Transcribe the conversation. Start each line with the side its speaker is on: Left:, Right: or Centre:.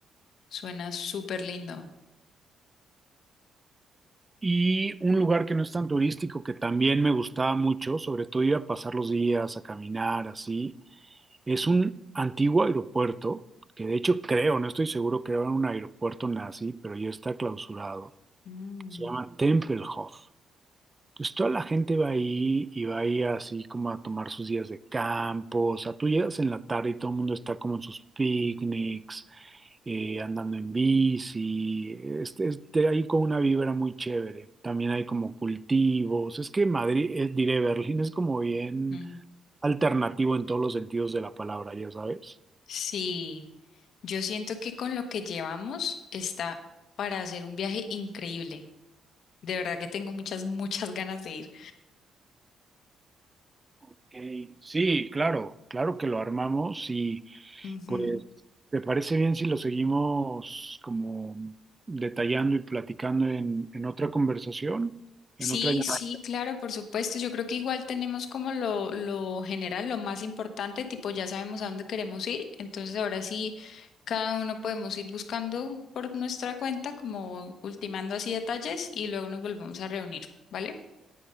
Left: Suena súper lindo.
Right: Y un lugar que no es tan turístico, que también me gustaba mucho, sobre todo iba a pasar los días a caminar así, es un antiguo aeropuerto, que de hecho creo, no estoy seguro que era un aeropuerto nazi, pero ya está clausurado.
Left: Mm.
Right: Se llama Tempelhof. Entonces toda la gente va ahí y va ahí así como a tomar sus días de campo. O sea, tú llegas en la tarde y todo el mundo está como en sus picnics, eh, andando en bici. Este, este, ahí con una vibra muy chévere. También hay como cultivos. Es que Madrid, eh, diré, Berlín es como bien
Left: Mm.
Right: alternativo en todos los sentidos de la palabra, ya sabes.
Left: Sí, yo siento que con lo que llevamos está para hacer un viaje increíble. De verdad que tengo muchas, muchas ganas de ir.
Right: Ok, Sí, claro. Claro que lo armamos, sí.
Left: Ujú.
Right: Pues, ¿te parece bien si lo seguimos como detallando y platicando en, en otra conversación, en
Left: Sí,
Right: otra llamada?
Left: sí, claro, por supuesto. Yo creo que igual tenemos como lo, lo general, lo más importante, tipo ya sabemos a dónde queremos ir. Entonces ahora sí, cada uno podemos ir buscando por nuestra cuenta, como ultimando así detalles y luego nos volvemos a reunir, ¿vale?